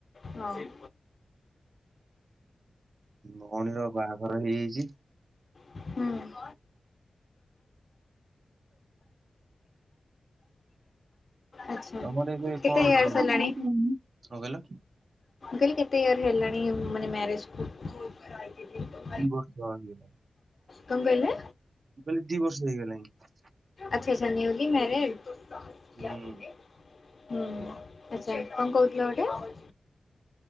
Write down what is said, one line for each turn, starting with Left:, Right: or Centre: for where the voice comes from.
Left: ହଉ।
Right: ମୋ ଭଉଣୀ ର ବାହାଘର ହେଇଯାଇଛି।
Left: ହୁଁ। <unintelligible> ଆଛା
Right: ତମର ଏବେ
Left: କେତେ
Right: କଣ ଉଁ,
Left: ଏଜ୍
Right: କଣ
Left: ହେଲାଣି?
Right: କହିଲ?
Left: କଲି କେତେ ଇୟର ହେଲାଣି ମାନେ ମ୍ୟାରେଜ କୁ? <unintelligible>
Right: ବର୍ଷା ହୋଇଥିଲା?
Left: କଣ କହିଲେ?
Right: କହିଲି ଦି ବର୍ଷ ହେଇଗଲାଣି।
Left: ଆଚଛା ଆଛା ନିଉଲି ମ୍ୟାରେଡ?
Right: ହୁଁ
Left: ହୁଁ ଆଛା କଣ କହୁଥିଲ ଗୋଟେ?